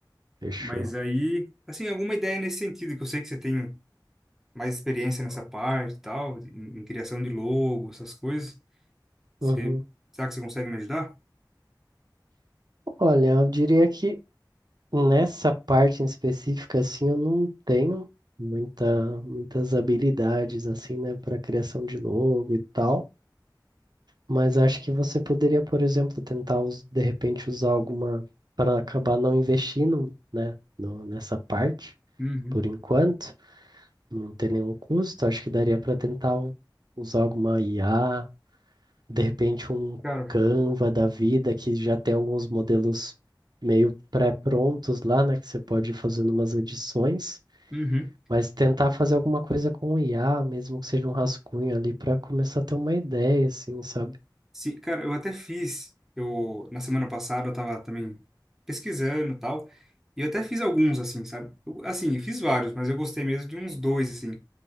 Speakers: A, on the right; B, in the centre.
A: fechou.
B: Mas aí, assim, alguma ideia nesse sentido que eu sei que você tem mais experiência nessa parte e tal, em, em criação de logo, essas coisas. Você,
A: Uhum.
B: será que você consegue me ajudar?
A: Olha, eu diria que nessa parte em específica, assim, eu não tenho muita, muitas habilidades, assim, né, para criação de logo e tal. Mas acho que você poderia, por exemplo, tentar us- de repente usar alguma para acabar não investindo, né, no- nessa parte,
B: Uhum,
A: por enquanto, não ter nenhum custo. Acho que daria para tentar u- usar alguma IA, de repente um
B: Cara,
A: Canva da vida que já tem alguns modelos meio pré-prontos lá, né, que você pode ir fazendo umas edições,
B: uhum,
A: mas tentar fazer alguma coisa com o IA, mesmo que seja um rascunho ali, para começar a ter uma ideia, assim, sabe?
B: sim, cara, eu até fiz. Eu, na semana passada eu tava também pesquisando e tal. E eu até fiz alguns, assim, sabe? Eu- assim, eu fiz vários, mas eu gostei mesmo de uns dois, assim.